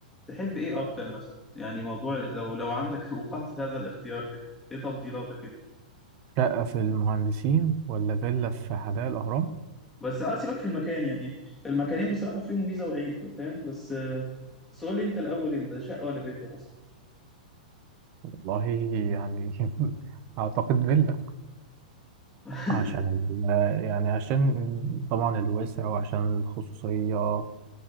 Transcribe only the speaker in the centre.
تحب ايه اكتر مثلا يعني موضوع لو لو عندك <laughs> وقعت في هذا الاختيار كده ايه تفضيلاتك
بس اه سيبك في المكان يعني المكانين بصراحة فيهم ميزة وعيب فاهم بس آه، بس قول لي انت الاول انت شقة ولا فيلا مثلا
<laughs>